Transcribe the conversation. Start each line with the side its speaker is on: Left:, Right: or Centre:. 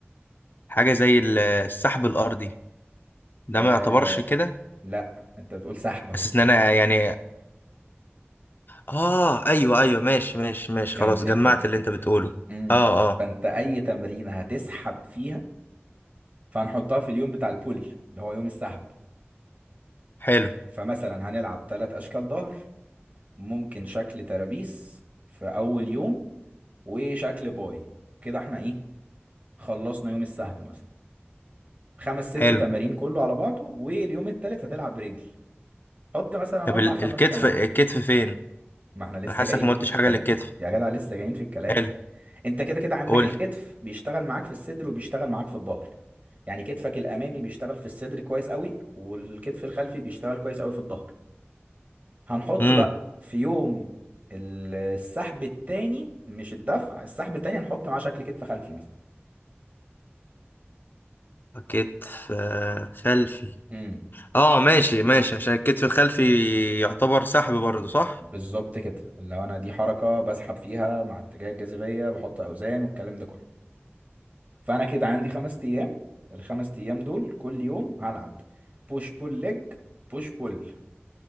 Left: حاجة زي ال- السحب الأرضي ده
Right: آه
Left: ما يعتبرش كده
Right: لا أنت بتقول سحب أهو
Left: بس ان انا يعني اه ايوه ايوه ماشي ماشي ماشي
Right: فهمتني
Left: خلاص جمعت اللي انت بتقوله
Right: امم
Left: اه اه
Right: فانت اي تمرينه هتسحب فيها فهنحطها في اليوم بتاع البول اللي هو يوم السحب
Left: حلو
Right: فمثلا هنلعب ثلاث اشكال ظهر ممكن شكل ترابيس في اول يوم وشكل باي كده احنا ايه خلصنا يوم السحب مثلا خمس ست
Left: حلو
Right: تمارين كله على بعضه واليوم التالت هتلعب برجل حط مثلا
Left: طب
Right: اربع
Left: ال-
Right: خمس
Left: الكتف
Right: تمارين
Left: الكتف فين
Right: ما احنا لسه
Left: انا حاسك
Right: جايين
Left: ما قلتش
Right: في الكلام
Left: حاجة للكتف
Right: يا جدع لسه جايين في الكلام
Left: حلو
Right: انت كده كده عندك
Left: قول
Right: الكتف بيشتغل معاك في الصدر وبيشتغل معاك في الظهر يعني كتفك الامامي بيشتغل في الصدر كويس قوي والكتف الخلفي بيشتغل كويس قوي في الظهر هنحط
Left: امم
Right: بقى في يوم ال- السحب التاني مش الدفع السحب التاني هنحط معاه شكل كتف خلفي مثلا
Left: كتف آه، خلفي
Right: امم
Left: اه ماشي ماشي عشان الكتف الخلفي يعتبر سحب برضه صح
Right: بالظبط كده لو انا دي حركه بسحب فيها مع اتجاه الجاذبيه بحط اوزان والكلام ده كله فانا كده عندي خمس ايام الخمس ايام دول كل يوم هلعب بوش بول ليج بوش بول